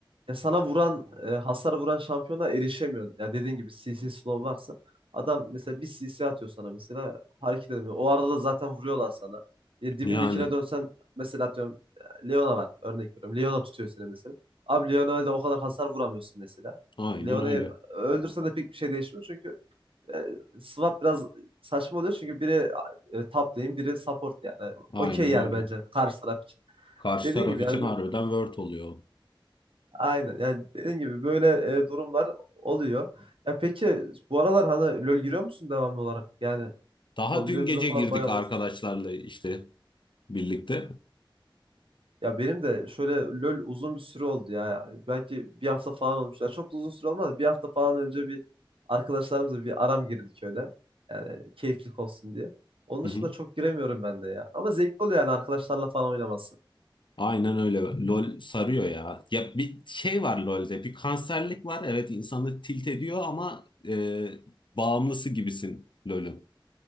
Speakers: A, on the right (about 80°); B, on the left (about 60°).
A: Ya sana vuran, e, hasar vuran şampiyona erişemiyorsun. Ya dediğin gibi CC slow varsa adam mesela bir CC atıyor sana mesela hareket edemiyor. O arada da zaten vuruyorlar sana. Ya dibindekine
B: Yani
A: dönsen mesela atıyorum e, Leona var örnek veriyorum. Leona tutuyor seni mesela. Abi Leona'ya da o kadar hasar vuramıyorsun mesela.
B: aynen
A: E, Leona'yı
B: öyle.
A: öldürsen de pek bir şey değişmiyor çünkü e, swap biraz saçma oluyor çünkü biri e, top lane, biri support yani.
B: Aynen
A: Okey yani
B: öyle.
A: bence karşı taraf için.
B: Karşı
A: Dediğin
B: taraf
A: gibi
B: için
A: yani
B: harbiden word oluyor.
A: Aynen. Yani dediğin gibi böyle e, durumlar oluyor. Ya peki bu aralar hani LoL giriyor musun devamlı olarak? Yani
B: Daha
A: hobilerimizden
B: dün gece
A: falan
B: girdik
A: bayağı
B: arkadaşlarla
A: bahsedeyim.
B: işte birlikte.
A: Ya benim de şöyle LoL uzun bir süre oldu ya. Belki bir hafta falan olmuş. Ya çok da uzun süre olmadı. Bir hafta falan önce bir arkadaşlarımızla bir aram girdik öyle. Yani keyiflik olsun diye. Onun
B: Hı
A: dışında
B: hı.
A: çok giremiyorum ben de ya. Ama zevkli oluyor yani arkadaşlarla falan oynaması.
B: Aynen öyle. LOL sarıyor ya. Ya bir şey var LOL'de. Bir kanserlik var. Evet insanı tilt ediyor ama e, bağımlısı gibisin LOL'ün.